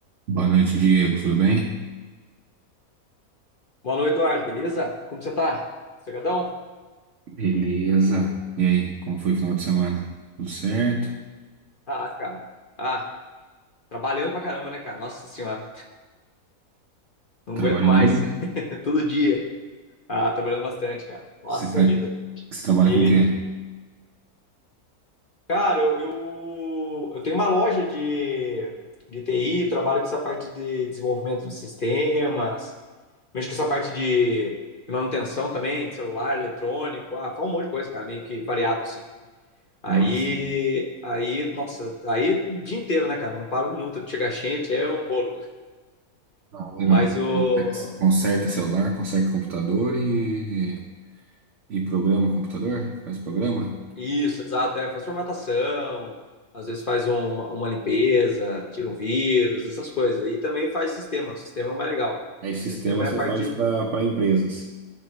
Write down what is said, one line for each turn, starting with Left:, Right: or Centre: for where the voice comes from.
Right: Boa noite, Diego. Tudo bem?
Left: Boa noite, Eduardo, beleza? Como você tá? Sossegadão?
Right: Beleza. E aí, como foi o final de semana? Tudo certo?
Left: Ah, cara. Ah, trabalhando pra caramba, né, cara? Nossa senhora, não
Right: Trabalhando
Left: aguento mais.
Right: muito?
Left: <laughs> Todo dia. Ah, trabalhando bastante, cara. Nossa
Right: Você, fa...
Left: vida.
Right: Você trabalha
Left: E,
Right: com o quê?
Left: cara, eu, eu, eu tenho uma loja de, de TI, trabalho com essa parte de desenvolvimento de sistemas, mexo com essa parte de manutenção também, de celular, eletrônico, ah, faz um monte de coisa, cara, meio que variado, assim. Aí,
Right: Nossa.
Left: aí, nossa, aí o dia inteiro, né, cara? Não para um minuto de chegar gente, é um rolo.
Right: Ah, legal.
Left: Mas o.
Right: Conser- Conserta celular, conserta computador e, e programa computador? Faz programa?
Left: Isso, exato, é, faz formatação, às vezes faz um- uma, uma limpeza, tira um vírus, essas coisas. E também faz sistema, sistema é o mais legal.
Right: É esse
Left: Sistema
Right: sistema você
Left: é a parte.
Right: faz para empresas.